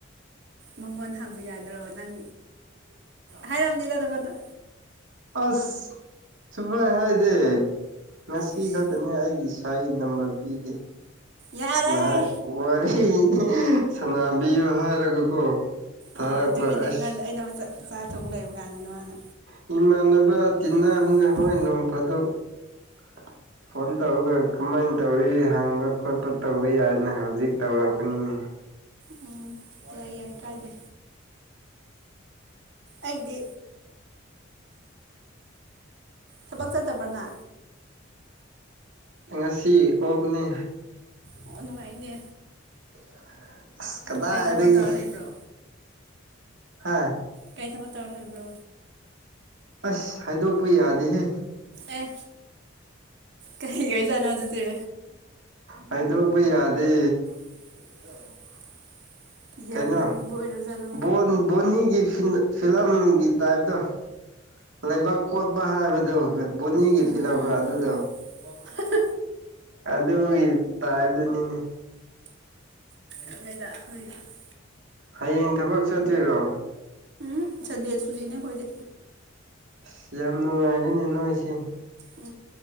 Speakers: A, on the right (about 60°); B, on the right (about 80°).
A: ꯃꯡꯉꯣꯟ ꯍꯪꯕ ꯌꯥꯗ꯭ꯔꯣ ꯅꯪ ꯍꯥꯏꯔꯝꯅꯤꯗ ꯅꯥꯉꯣꯟꯗ
B: ꯑꯁ ꯁꯨꯝꯕ꯭ꯔꯣ ꯑꯩꯍꯥꯏꯗꯦ ꯉꯁꯤ
A: ꯏꯁ
B: ꯈꯛꯇꯅꯦ ꯑꯩꯒꯤ ꯏꯁꯥꯒꯤ ꯅꯝꯕꯔ ꯄꯤꯒꯦ
A: ꯌꯥꯔꯦ
B: ꯅꯍꯥꯛ ꯋꯥꯔꯤ ꯁꯅꯥꯕꯤꯌꯨ ꯍꯥꯏꯔꯒꯀꯣ ꯊꯥꯔꯛꯄ
A: ꯑꯥ ꯑꯗꯨꯒꯤꯅꯦ
B: ꯑꯁ
A: ꯑꯩꯉꯣꯟꯗ ꯑꯩꯅ ꯋꯥ ꯆꯠ ꯆꯥꯛ ꯊꯣꯡ ꯂꯩꯕ ꯀꯥꯟꯗꯅ ꯃꯥꯅ
B: ꯏꯃꯥꯟꯅꯕ ꯇꯤꯟꯅꯕꯅꯤꯅ
A: <unintelligible>
B: ꯍꯣꯏ ꯅꯣꯡ ꯐꯥꯗꯣꯛ <inaudible> ꯐꯣꯟ ꯇꯧꯔꯒ ꯀꯃꯥꯏꯅ ꯇꯧꯔꯤ ꯍꯥꯡꯕ ꯈꯣꯠꯄ ꯇꯧꯕ ꯌꯥꯏꯅ ꯍꯧꯖꯤꯛ ꯇꯧꯔꯛꯄꯅꯤꯅꯦ
A: ꯎꯝ ꯂꯩꯌꯥ ꯀꯥꯏꯗꯦ ꯑꯩꯗꯤ ꯊꯕꯛ ꯆꯠꯇꯕꯅ
B: ꯉꯁꯤ ꯑꯣꯞꯅꯤ
A: ꯑꯣ ꯅꯨꯡꯉꯥꯏꯅꯦ
B: <unintelligible> ꯑꯁ ꯀꯗꯥꯏꯗꯒꯤ
A: ꯀꯩ ꯊꯕꯛ ꯇꯧꯔ ꯂꯩꯕ꯭ꯔꯣ
B: ꯍꯥꯥ
A: ꯀꯩ ꯊꯕꯛ ꯇꯧꯔ ꯂꯩꯕ꯭ꯔꯣ
B: ꯑꯁ ꯍꯥꯏꯗꯣꯛꯄ ꯌꯥꯗꯦꯍꯦ
A: ꯑꯦ ꯀꯩꯒꯤ ꯑꯣꯏꯖꯥꯠꯅꯣ ꯑꯗꯨꯗꯤ
B: ꯍꯥꯏꯗꯣꯛꯄ ꯌꯥꯗꯦ
A: <unintelligible>
B: ꯀꯩꯅꯣ
A: ꯑꯔꯨꯕ ꯑꯣꯏꯔꯕꯖꯥꯠꯂꯣ
B: ꯕꯣꯟ ꯕꯣꯅꯤꯒꯤ <unintelligible> ꯐꯤꯂꯝꯒꯤ ꯇꯥꯏꯞꯇꯣ ꯂꯩꯕꯥꯛ ꯀꯣꯠꯄ ꯍꯥꯏꯕꯗꯣ <unintelligible> ꯕꯣꯅꯤꯒꯤ
A: ꯎꯝ
B: ꯐꯤꯂꯝꯔ ꯑꯗꯨꯗꯣ
A: <unintelligible>
B: ꯑꯗꯨꯒꯤ ꯇꯥꯢꯞꯇꯨꯅꯤꯅꯦ
A: <unintelligible>
B: ꯍꯌꯦꯡ ꯊꯕꯛ ꯆꯠꯇꯣꯏꯔꯣ
A: <unintelligible> ꯁꯟꯗꯦ ꯁꯨꯇꯤꯅꯦ ꯑꯈꯣꯏꯗꯤ
B: ꯑꯁ ꯌꯥꯝ ꯅꯨꯡꯉꯥꯏꯔꯤꯅꯦ ꯅꯣꯏꯁꯦ
A: ꯎꯝ